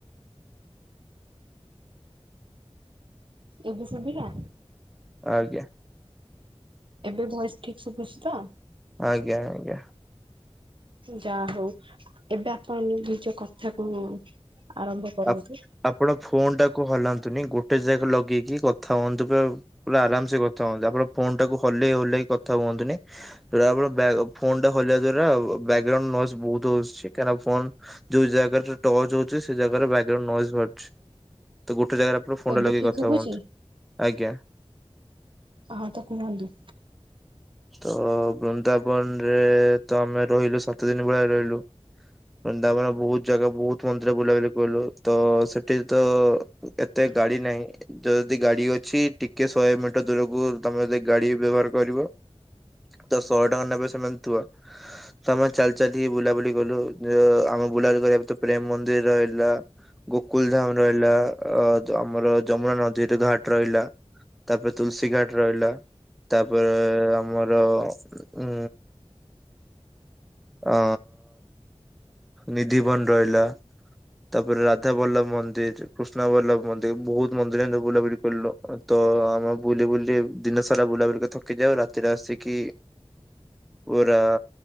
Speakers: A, on the right; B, in the centre.
A: ଏବେ ସୁଭିଲା?
B: ଆଜ୍ଞା।
A: ଏବେ ଭୟସ୍ ଠିକ୍ ଶୁଭୁଛି ତ?
B: ଆଜ୍ଞା ଆଜ୍ଞା।
A: ଯା ହଉ ଏବେ ଆପଣ ନିଜ କଥାକୁ ଆରମ୍ଭ କରନ୍ତୁ।
B: ଆ ଆପଣ ଫୋନ୍ ଟାକୁ ହଲାନ ନ୍ତୁନି ଗୋଟେ ଜାଗା ଲଗେଇକି କଥା ହୁଅନ୍ତୁ ପୁର ପୁରା ଆରାମ୍ସେ କଥା ହୁଅନ୍ତୁ। ଆପଣ ଫୋନ୍ ଟାକୁ ହଲେଇ ହଲେଇ କଥା ହୁଅନ୍ତୁନି <unintelligible> ବ୍ୟାଗ୍ ଫୋନ୍ ଟା ହଲେଇବା ଦ୍ଵାରା ବ୍ୟାକଗ୍ରାଉଣ୍ଡ ନଏଜ୍ ବହୁତ ହଉଛି। ହେରା ଫୋନ୍ ଯୋଉ ଜାଗାରେ ସେ ଟଚ୍ ହଉଛି ସେ ଜାଗାରେ ବ୍ୟାଗଗ୍ରାଉଣ୍ଡ୍ ନଏଜ୍ ବାହାରୁଛି। ଗୋଟେ ଜାଗାରେ ଆପଣ ଫୋନ୍
A: ଏବେ
B: ଟା ଲଗେଇକି
A: ଠିକ
B: କଥା
A: ଶୁଭୁଛି?
B: ହୁଅନ୍ତୁ। ଆଜ୍ଞା।
A: ହଁ ତ କୁହନ୍ତୁ।
B: ତ ବୃନ୍ଦାବନ ରେ ତ ଆମେ ରହିଲୁ ସାତ ଦିନ ଭଳିଆ ରହିଲୁ। ତା ମାନେ ବହୁତ ଜାଗା ବହୁତ ମନ୍ଦିର ବୁଲାବୁଲି କରିଲୁ। ତ ସେଠି ତ ଏତେ ଗାଡି ନାହିଁ ଯଦି ଗାଡି ଅଛି ଟିକେ ଶହେ ମିଟର ଦୂରକୁ ତମେ ଯ ଗାଡି ବ୍ୟବହାର କରିବ। <inaudible> ତ ଶହେ ଟଙ୍କା ନେବେ ସେମାନେ ଥୁ ତ ଆମେ ଚାଲି ଚାଲି ବୁଲାବୁଲି କଲୁ। ଆମ ବୁଲାଲି ପ୍ରେମ୍ ମନ୍ଦିର୍ ହେଲା। ଗୋକୁଲ ଧାମ୍ ରହିଲା। ଆମର ଯମୁନା ନଦୀ ଘାଟ୍ ରହିଲା। ତାପରେ ତୁଳସୀ ଘାଟ୍ ରହିଲା। ତାପରେ ଆମର ଉଁ ଆ ନିଧିବନ୍ ରହିଲା। ତାପରେ ରାଧା ବଲ୍ଲଭ ମନ୍ଦିର୍ କୃଷ୍ଣ ବଲ୍ଲଭ ମନ୍ଦିର୍ ବହୁତ ମନ୍ଦିର ଏମ ବୁଲାବୁଲି କରିଲୁ। ତ ତ ଆମେ ବୁଲି ବୁଲି ଦିନ ସାରା ବୁଲା ବୁଲିି କରିକି ଥକି ଯାଉ। ରାତିରେ ଆସିକି ପୁରା